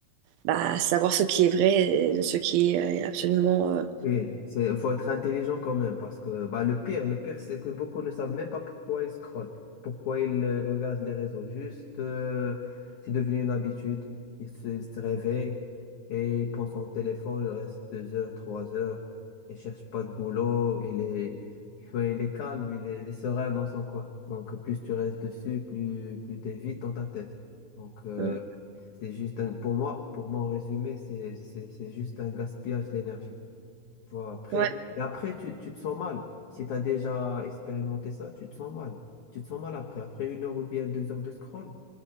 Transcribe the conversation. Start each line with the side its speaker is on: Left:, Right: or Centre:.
Right: bah, savoir ce qui est vrai et de ce qui est euh, absolument. euh,
Left: Oui, c'est, faut être intelligent quand même, parce que bah, le pire, le pire, c'est que beaucoup ne savent même pas pourquoi ils scrollent, pourquoi ils euh, regardent les réseaux. Juste, euh, c'est devenu une habitude. Ils se, se réveillent et ils prennent son téléphone, il reste deux heures, trois heures, il cherche pas de boulot, il est, ouais, il est calme, il est, il est serein dans son coin. Donc, plus tu restes dessus, plus, plus t'es vite dans ta tête. Donc, euh,
Right: euh,
Left: c'est juste un, pour moi, pour moi, en résumé, c'est, c'est, c'est juste un gaspillage d'énergie. Voilà, Après,
Right: ouais,
Left: et après tu, tu te sens mal. Si tu as déjà expérimenté ça, tu te sens mal. Tu te sens mal après. Après une heure ou bien deux heures de scroll,